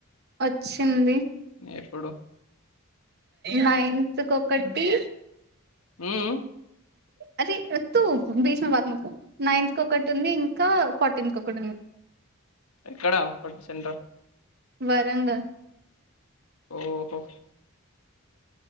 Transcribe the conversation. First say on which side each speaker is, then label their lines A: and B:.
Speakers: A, on the right; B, on the left.
A: వచ్చింది
B: ఎప్పుడు
A: నైన్త్ కొకటి
B: ఊ ఊ
A: అరే తూ బెచ్ మ బ మక నైన్త్ క ఒకటి ఉంది ఇంకా ఫోర్టీన్త్ కొకటి ఉంది
B: అక్కడ ఫ సెంటర్ అఫ్
A: వరంగల్
B: ఓహో